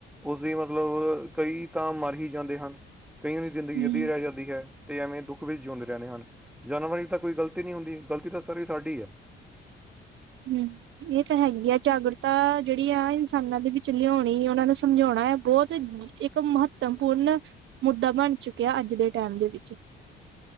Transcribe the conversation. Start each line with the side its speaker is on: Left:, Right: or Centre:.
Centre: ਓਸਦੀ ਮਤਲਬ ਕਈ ਤਾਂ ਮਰ ਹੀ ਜਾਂਦੇ ਹਨ, ਕਈਆਂ ਦੀ ਜਿੰਦਗੀ
Right: ਹਮ
Centre: ਅੱਧੀ ਰੈ ਜਾਂ ਦੀ ਹੈ ਤੇ ਐਵੇਂ ਦੁੱਖ ਵਿੱਚ ਜਿਉਂਦੇ ਰੈਂਦੇ ਹਨ। ਜਾਨਵਾਂ ਦੀ ਤਾਂ ਕੋਈ ਗਲਤੀ ਨੀ ਹੁੰਦੀ, ਗਲਤੀ ਤਾਂ ਸਾਰੀ ਸਾਡੀ ਐ।
Right: ਹੂੰ। ਏ ਤਾਂ ਹੈਗੀ ਐ ਜਾਗਰੁਤਾ ਜੜੀ ਐ, ਆ ਇਨਸਾਨਾਂ ਦੇ ਵਿੱਚ ਲਿਔਣੀ, ਓਨਾਂ ਨੂੰ ਸਮਝੌਣਾ ਐ, ਬੋਤ ਇੱਕ ਮਹੱਤਮਪੂਰੰ ਮੁੱਦਾ ਬਨ ਚੁੱਕਿਐ ਅੱਜ ਦੇ ਟੈਮ ਦੇ ਵਿੱਚ।